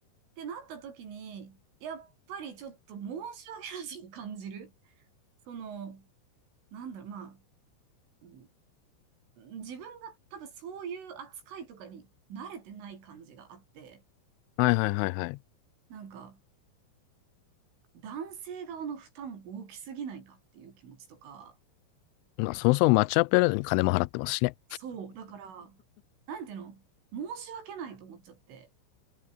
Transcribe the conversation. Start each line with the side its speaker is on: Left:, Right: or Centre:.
Right: ってなった時に、やっぱりちょっと申し訳なしに感じる。その、なんだろう、まあ、うーん、自分が多分そういう扱いとかに慣れてない感じがあって、
Left: はいはいはいはい。
Right: なんか男性側の負担大きすぎないかっていう気持ちとか、
Left: まあそもそもマッチアップやるのに金も払ってますしね。
Right: そう、だから、なんていうの、申し訳ないと思っちゃって。